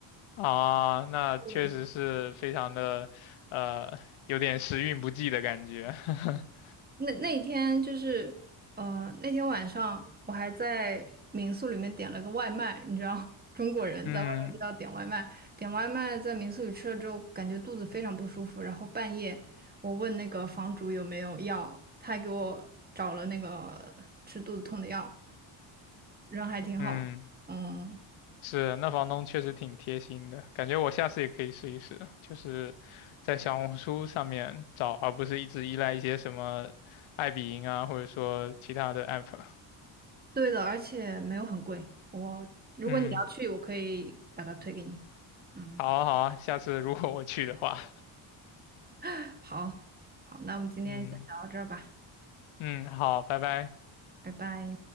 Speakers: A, on the left (about 80°); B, on the right (about 20°).
A: 啊，那确实是非常的，
B: 对，
A: 呃，有点时运不济的感觉。<laughs>
B: 那那一天就是，呃，那天晚上我还在民宿里面点了个外卖，你知道，中国人在外面都要点外卖，
A: 嗯
B: 点外卖在民宿里吃了之后，感觉肚子非常不舒服，然后半夜我问那个房主有没有药，他还给我找了那个吃肚子痛的药，人还挺好的，
A: 嗯，
B: 嗯。
A: 是，那房东确实挺贴心的，感觉我下次也可以试一试，就是在小红书上面找，而不是一直依赖一些什么爱彼迎啊，或者说其他的 app。
B: 对的，而且没有很贵。我如果你要去，
A: 嗯，
B: 我可以把它推给你。嗯，
A: 好啊好啊，下次如果我去的话，
B: <gasps> 好，好，那我们今天先聊到这儿吧，
A: <laughs> 嗯嗯，好，拜拜。
B: 拜拜。